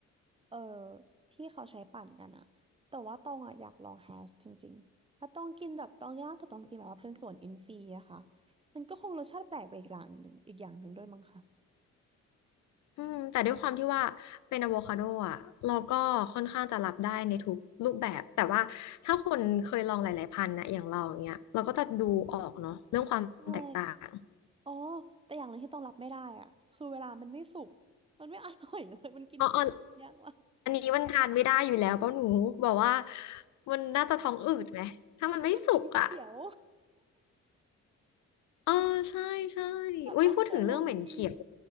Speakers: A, on the right; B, on the left.
A: เออที่เขาใช้ปั่นกันอะแต่ว่าตองอะอยากลองแฮชจริงๆถ้าต้องกินแบบตองล่าสุดตองกินแบบว่าเป็นส่วนอินทรีย์อะค่ะมันก็คงรสชาติแปลกไปอีกอย่างหนึ่งอีกอย่างหนึ่งด้วยมั้งคะ
B: อืมแต่ด้วยความที่ว่าเป็นอะโวคาโดอ่ะเราก็ค่อนข้างจะรับได้ในทุกรูปแบบแต่ว่าถ้าคนเคยลองหลายๆพันธุ์นะอย่างเราอย่างเงี้ยเราก็จะดูออกเนาะเรื่องความแตกต่าง
A: ใช่ อ๋อแต่อย่างหนึ่งที่ต้องรับไม่ได้อะคือเวลามันไม่สุกมันไม่อร่อย <laughs> เลยมันกินเป็นยากว่ะ
B: อ๋ออ๋ออันนี้มันทานไม่ได้อยู่แล้วเป้าหนูบอกว่ามันน่าจะท้องอืดไหมถ้ามันไม่สุกอ่ะ
A: มันเหม็นเขียว
B: เออใช่ใช่
A: แบบต้องเคยลองกิน
B: อุ้ยพูดถึงเรื่องเหม็นเขียว